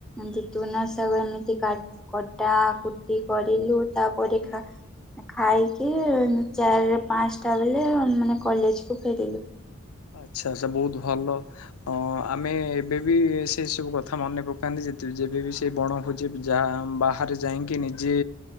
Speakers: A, in the centre; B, on the left.
A: ଜିତୁନା ତାକୁ ଏମିତି କା କଟା କୁଟି କରିଲୁ ତାପରେ
B: ହୁଁ।
A: ଖା ଖାଇକି ଚାରି ପାଞ୍ଚଟା ବେଳେ ମାନେ କଲେଜକୁ ଫେରିଲୁ।
B: ଆଚ୍ଛା ସେ ବହୁତ ଭଲ ଅଁ ଆମେ ଏବେ ବିି ସେ ସବୁ କଥା ମନେ ପକାନ୍ତି ଯେତେ ଯେବେବି ସେ ବଣ ଭୋଜି ଯା ବାହାରେ ଯାଇକି ନିଜେ